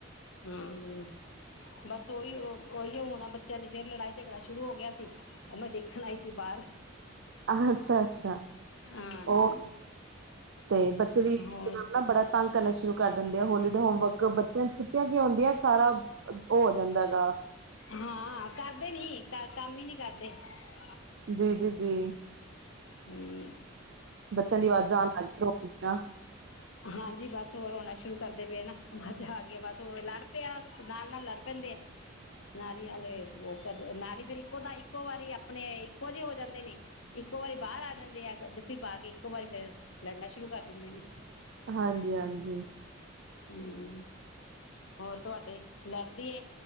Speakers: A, on the left; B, on the right.
A: ਹਮ ਬਸ ਉਹੀ ਉਹ ਉਹੀ ਹੁਣ ਬੱਚਿਆਂ ਦੀ ਫ਼ਿਰ ਲੜਾਈ ਝਗੜਾ ਸ਼ੁਰੂ ਹੋ ਗਿਆ ਸੀ। ਉਹ ਮੈਂ ਦੇਖਣ ਹੀ ਸੀ ਬਾਹਰ
B: ਅੱਛਾ-ਅੱਛਾ
A: ਹਾਂਜੀ।
B: ਉਹ ਤੇ ਬੱਚੇ ਵੀ ਇੱਕਦਮ
A: ਹੋਰ
B: ਨਾ ਬੜਾ ਤੰਗ ਕਰਨ ਸ਼ੁ ਸ਼ੁਰੂ ਕਰ ਦਿੰਦੇ, ਹੋਲੀਡੇ ਹੋਮਵਰਕ ਬੱਚਿਆਂ ਛੁੱਟੀਆਂ ਕੀ ਹੁੰਦੀਆਂ ਸਾਰਾ ਹੋ ਓ ਜਾਂਦਾ ਗਾ <inaudible>
A: ਹਾਂ ਕਰਦੇ ਨੀ, ਕੰਮ ਹੀ ਨੀ ਕਰਦੇ ਅ <unintelligible>
B: ਜੀ ਜੀ ਜੀ
A: ਹਮ
B: ਬੱਚਿਆਂ ਦੀ ਆਵਾਜ਼ ਆਣ ਲਗ ਕੀ <unintelligible>
A: ਹਾਂਜੀ ਬਸ ਹੋਰ ਰੋਣਾ ਸ਼ੁਰੂ ਕਰਦੇ ਪਏ ਨਾ ਜਾ ਕੇ <unintelligible> ਬਸ ਉਹ ਲੜ ਪਿਆ ਬ <unintelligible> ਨਾਲ ਨਾਲ ਲੜ ਪੈਂਦੇ ਆ ਨਾਲੀ ਨਾਲੇ ਉਹ ਕਰਦੇ ਨਾਲ ਫਿਰ ਇੱਕੋ ਤਾਂ ਇੱਕੋ ਵਾਰੀ ਆਪਣੇ ਇੱਕੋ ਜਿਹੇ ਹੋ ਜਾਂਦੇ ਨੇ ਇੱਕੋ ਵਾਰੀ ਬਾਹਰ ਆ ਜਾਂਦੇ ਆ ਜੱਫੀ ਪਾ ਕੇ ਇੱਕੋ ਵਾਰੀ ਫੇਿਰ ਲੜਨਾ ਸ਼ੁਰੂ ਕਰ ਦਿੰਦੇ ਨੇ
B: ਹਾਂਜੀ ਹਾਂਜੀ
A: ਹਮ ਹੋਰ ਤੁਹਾਡੇ ਲੜਦੀ ਏ